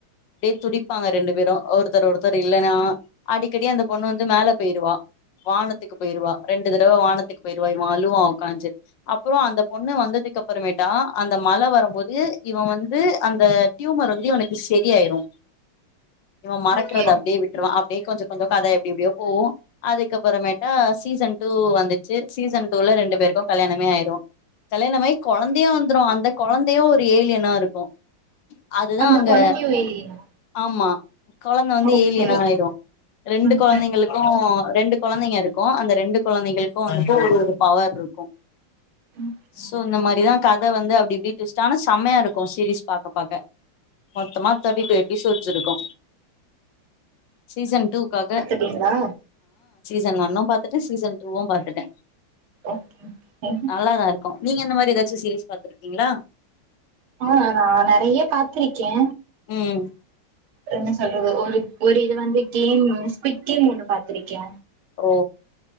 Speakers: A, on the left (about 65°); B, on the right (about 85°).
A: அப்டியே துடிப்பாங்க ரெண்டு பேரு ஒருத்தர் ஒருத்தர் இல்லன்னா அடிக்கடி அந்த பொண்ணு வந்து மேல போயிருவா வானத்துக்கு போயிருவா ரெண்டு தடவ வானத்துக்கு போயிருவா இவ அழுவா உக்காஞ்சு அப்புறோ அந்த பொண்ணு வந்ததுக்கு அப்புறமேட்டா அந்த மழ வரும்போது இவ வந்து அந்த டியூமர் வந்து இவனுக்கு செரியாயிரு இவ மறக்கறத
B: ஓகே
A: அப்டியே விட்ருவான் அ அப்டியே கொஞ்ச கொஞ்ச கத எப்டி எப்டியோ போவு அதுக்கப்புறமேட்டா சீசன் டூ வந்துச்சு சீசன் டூ ல ரெண்டு பேருக்கு கல்யாணமே ஆயிரு கல்யாணமாயி கொழந்தையு வந்துரு அந்த கொழந்தையு ஒரு ஏலியனா இருக்கு அதுதா
B: அந்த
A: அங்க
B: கொழந்தையு வெளியனா
A: ஆமா கொழந்த வந்து
B: ஓகே
A: ஏலியனா ஆயிரு ரெண்டு
B: ம்
A: கொழந்தைங்களுக்கு ரெண்டு கொழந்தைக இருக்கு அந்த ரெண்டு கொழந்தைகளுக்கு வந்துட்டு ஒரு ஒரு பவர் இருக்கு
B: ம்
A: சோ இந்த மாரிதா கத வந்து அப்டி இப்டி டுவிஸ்டா ஆனா செம்மையா இருக்கு சீரிஸ் பாக்க பாக்க மொத்தமா தேர்ட்டி டூ எபிசோட்ஸ் இருக்கு சீசன் டூ க்காக
B: ட்டீங்களா
A: சன் ஒன்னு பாத்துட்டே சீசன் டூவு பாத்துட்டே
B: ஓகே ஓகே
A: நல்லாதா இரு க்கு நீங்க இந்தா மாரி ஏதாச்சு சீரிஸ் பாத்துருக்கீங்களா
B: ஆ நா நெறைய பாத்திருக்கே
A: ம்
B: என்ன சொல்றது ஒரு ஒரு இது வந்து கேமு ஸ்குவிட் கேம் ஒன்னு பாத்திருக்கே
A: ஓ